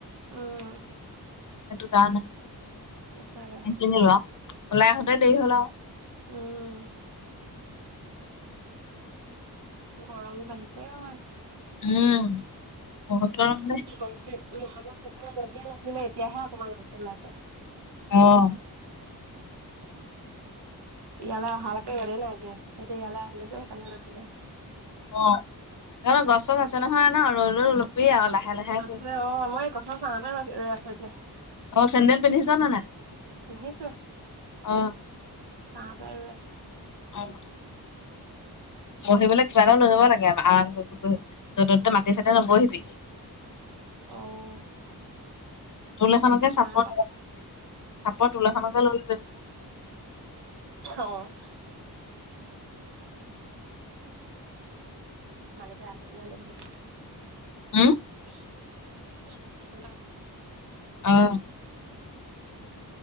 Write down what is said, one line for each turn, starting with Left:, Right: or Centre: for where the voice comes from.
Right: উম
Left: সেইটো <unintelligible>
Right: <unintelligible>
Left: কিনি লোৱা ওলাই আহোতে দেৰি হ'ল আও
Right: উম গৰমো বাঢ়িছে অই।
Left: উম বহুত
Right: অ গৰম
Left: দেই
Right: আমাৰ অকমান ৰ'দ দিয়া নাছিলে এতিয়াহে অকমান ৰদটো ওলাইছে।
Left: অঁ
Right: ইয়ালে অহালেকে ৰদে নাই দিয়া এতিয়া ইয়ালে আহিলো যে ৰ'দ দিলে।
Left: অঁ তহঁতৰ গছ গছ আছে নহয় ন ৰই ৰই লবি আৰু লাহে লাহে।
Right: আছে
Left: কৰিবি
Right: অ মই এই গছৰ চাহতে ৰ ৰৈ আছোঁ এতিয়া।
Left: অ চেণ্ডেল পিন্ধিছ নে নাই?
Right: পিন্ধিছো
Left: অ
Right: চাহতে ৰৈ আছোঁ।
Left: অঁ বহিবলৈ কিবা এটা লৈ যাব লাগে আ আৰাম কৰি বহিবলৈ য'ত ততে মাটি চাটিয়ে নবহিবি।
Right: অঁ
Left: তোল এখনকে চাপৰ
Right: বাৰু
Left: ল চাপৰ তোল এখনকে লৈ লবি।
Right: অঁ মালিকে আহোতেনে লৈ আহিব।
Left: হম
Right: <unintelligible>
Left: অ'।